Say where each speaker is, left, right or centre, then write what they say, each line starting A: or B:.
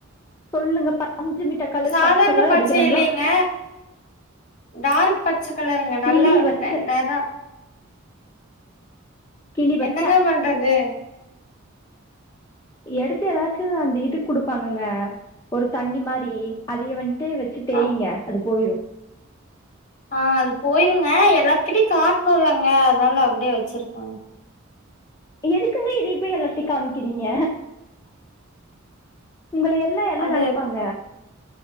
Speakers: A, on the left; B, on the left.
A: சொல்லுங்க பஞ்சுமிட்டா கலரு
B: சாதாரண
A: பச்ச கலர் அடிக்கிறவங்களப்
B: இல்லைங்க டார்க் பச்ச கலருங்க நல்லா
A: கிளி வச்ச
B: நெ நெறா
A: கிளி வச்ச
B: என்னங்க பண்றது
A: எடுத்து ஏதாச்சு அந்த இது குடுப்பாங்கங்க ஒரு தண்ணி மாரி அதியவன் ட்டு வெச்சு தேய்ங்க
B: ஆ
A: அது பொய்ரு
B: அ அது போய்ருங்க எல்லாத்கிட்டய காட்டணுல்லங்க அத்னால அப்டே வச்சிருக்கோ
A: எதுக்குங்க இதே போய் எல்லாத்ட்டி காமிக்கிறீங்க உங்களயெல்லா என்ன
B: அது
A: நெனைப்பாங்க